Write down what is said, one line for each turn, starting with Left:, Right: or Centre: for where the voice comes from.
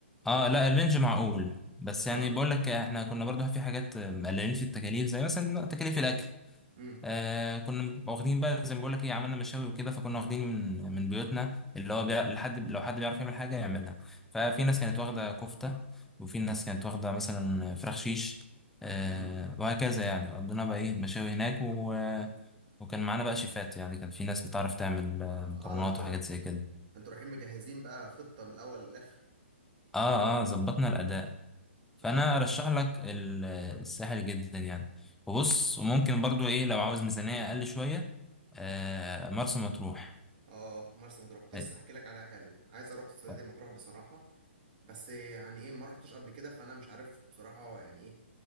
Centre: اه لا الرينج معقول بس
Right: اه
Centre: يعني بقول لك احنا كنا برضو في حاجات مقللين في التكاليف زي مثلا تكاليف الأكل
Right: امم
Centre: آه كنا واخدين بقى زي ما بقول لك ايه عملنا مشاوي وكده فكنا واخدين من من بيوتنا اللي هو بيع... لحد لو حد بيعرف يعمل حاجه يعملها ففي ناس كانت واخده كفته وفي ناس كانت واخده مثلا فراخ شيش آه
Right: امم
Centre: وهكذا يعني قضينا بقى ايه مشاوي هناك و... وكان معانا بقى شيفات يعني كان في ناس بتعرف تعمل آه، مكرونات
Right: اه ده انتوا
Centre: وحاجات زي كده
Right: انتوا رايحين مجهزين بقى خطة من الاول للاخر
Centre: اه اه ظبطنا الاداء فانا
Right: اه
Centre: ارشح لك ال- الساحل جدا يعني وبص وممكن برضو ايه لو عاوز ميزانيه اقل شويه آه مرسى مطروح
Right: اه مرسى مطروح كنت لسه
Centre: أي-
Right: احكي لك عليها حالا عايز اروح السنة
Centre: طب.
Right: دي مطروح بصراحة بس يعني ايه ما رحتش قبل كده فانا مش عارف بصراحة يعني ايه